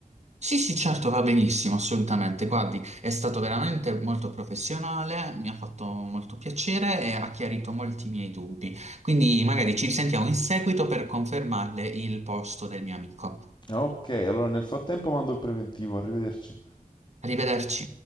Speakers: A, on the right; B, on the left.
A: Sì, sì, sì, certo, va benissimo, assolutamente. Guardi, è stato veramente molto professionale, mi ha fatto molto piacere e ha chiarito molti miei dubbi. Quindi magari ci risentiamo in seguito per confermarle il posto del mio amico.
B: Ok, allora nel frattempo mando il preventivo, arrivederci.
A: Arrivederci.